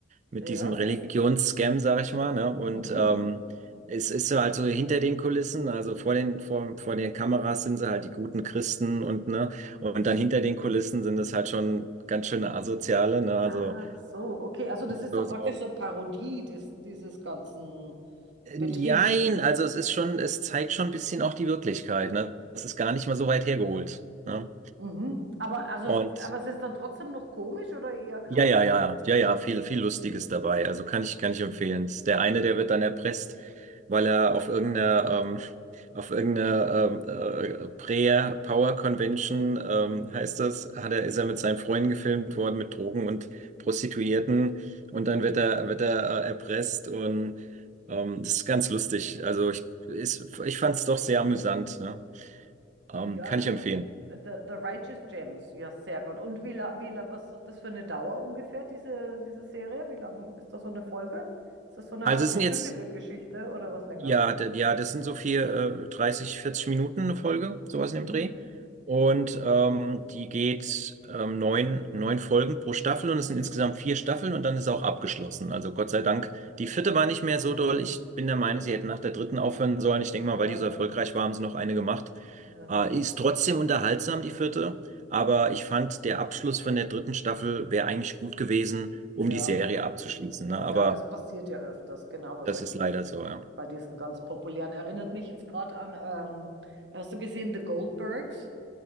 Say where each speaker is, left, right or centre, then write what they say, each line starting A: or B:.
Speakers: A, on the right; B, on the right.
A: mit
B: ja,
A: diesem Religionsscam, sag ich mal, ne? Und
B: mhm.
A: ähm, es ist so halt so hinter den Kulissen, also vor den, vor, vor den Kameras sind sie halt die guten Christen und ne, und dann hinter den Kulissen sind das halt schon ganz schöne Asoziale, ne? Also
B: Ach so, okay, also das ist
A: so,
B: dann
A: so.
B: praktisch so Parodie des, dieses ganzen Betriebs.
A: Jein, also es ist schon, es zeigt schon ein bisschen auch die Wirklichkeit, ne? Das ist gar nicht mal so weit hergeholt, ne?
B: Mhm. Aber, also,
A: Und
B: aber es ist dann trotzdem noch komisch oder eher krass?
A: Ja, ja, ja, ja, ja, viel, viel Lustiges dabei. Also kann ich, kann ich empfehlen. Ist Der eine, der wird dann erpresst, weil er auf irgendeiner, ähm, auf irgendeiner ähm, äh, Prayer Power Convention, ähm, heißt das, hat er, ist er mit seinen Freunden gefilmt worden, mit Drogen und Prostituierten. Und dann wird er, wird er äh, erpresst und ähm, das ist ganz lustig. Also ich, ist, ich fand es doch sehr amüsant, ne? Ähm,
B: Ja,
A: kann
B: das
A: ich empfehlen.
B: ist äh, The, The Righteous Gems. Ja, sehr gut. Und wie, la- wie, la- was hat das für eine Dauer ungefähr, diese, diese Serie? Wie lang ist das so eine Folge? Ist das so eine
A: Also
B: halbstündige
A: es sind jetzt
B: Geschichte oder was Längeres?
A: Ja, d- ja, das sind so viel, äh, 30, 40 Minuten eine Folge, sowas
B: Mhm.
A: in dem Dreh. Und ähm, die geht ähm, neun, neun Folgen pro Staffel und es sind insgesamt vier Staffeln und dann ist auch abgeschlossen. Also Gott sei Dank, die vierte war nicht mehr so doll. Ich bin der Meinung, sie hätten nach der dritten aufhören sollen. Ich denke mal,
B: Ja,
A: weil die so erfolgreich war, haben sie noch eine gemacht.
B: ja,
A: Äh, ist trotzdem unterhaltsam, die vierte. Aber ich fand, der Abschluss von der dritten Staffel wäre eigentlich gut gewesen, um
B: ja.
A: die Serie abzuschließen. Ne? Aber
B: Ja, das passiert ja öfters, genau bei
A: das
B: solchen,
A: ist leider so, ja.
B: bei diesen ganz populären. Erinnert mich jetzt gerade an, ähm, hast du gesehen, The Goldbergs?